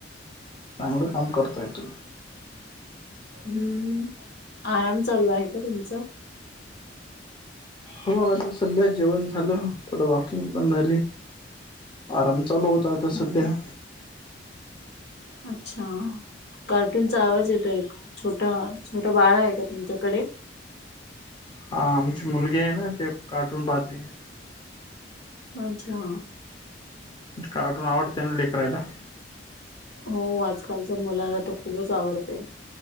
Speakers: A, on the left (about 25°); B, on the left (about 65°).
A: चांगलं काम करता येतील.
B: हम्म आराम चालू आहे का तुमचा.
A: हो आता सध्या जेवण झालं थोडं वॉकिंग पण झाली आराम चालू होत. तर आ तर
B: म्हणलं
A: सध्या.
B: अच्छा. कार्टूनचा आवाज येतो एक छोट छोटं बाळा आहे का तुमच्याकडे.
A: हा आमची मुलगी आहे ना ते कार्टून पाहते.
B: अच्छा.
A: कार्टून आवडते ना ले करायला.
B: हो आजकालच्या मुलाला तर खूपच आवडते.